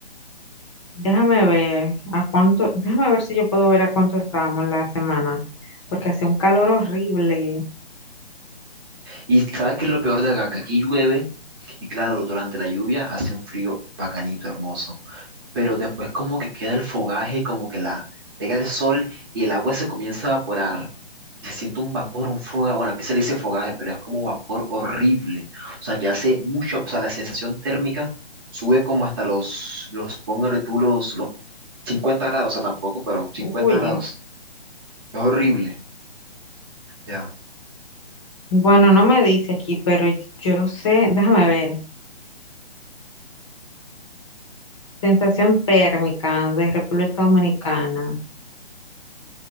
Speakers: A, on the left; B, on the right.
A: déjame ver a cuánto, déjame ver si yo puedo ver a cuánto estábamos la semana, porque hace un calor horrible.
B: Y sabes qué es lo peor de acá, que aquí llueve y claro, durante la lluvia hace un frío bacanito, hermoso, pero después como que queda el fogaje, como que la pega el sol y el agua se comienza a evaporar. Y se siente un vapor, un fogaje, bueno, aquí se le dice fogaje, pero es como vapor horrible. O sea, que hace mucho, o sea, la sensación térmica sube como hasta los, los, póngale tú los, los 50 grados, o sea, tampoco, pero cincuenta
A: Uy,
B: grados. Es horrible. Ya.
A: bueno, no me dice aquí, pero yo sé, déjame ver. Sensación térmica de República Dominicana.